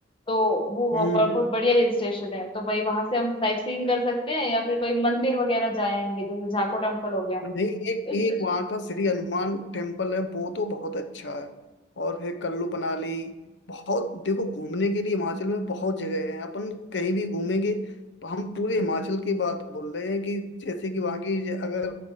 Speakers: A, on the left (about 30°); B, on the left (about 70°).
A: तो वो वह-
B: हम्म।
A: ब- बहुत बढ़िया हिल स्टेशन है तो भाई वहां से हम साइट सीइंग कर सकते हैं या फिर कोई मंदिर वगैरह जाएंगे जैसे झाको टेम्पल हो गया
B: तो नहीं एक
A: इस
B: एक वहाँ का श्री हनुमान टेम्पल है वो तो बहुत अच्छा है और है कल्लू मनाली बहुत देखो घूमने के लिए हिमाचल में बहुत जगह है अपन कहीं भी घूमेंगे तो हम पूरे हिमाचल की बात बोल रहे हैं कि जैसे कि वहाँ की ज- अगर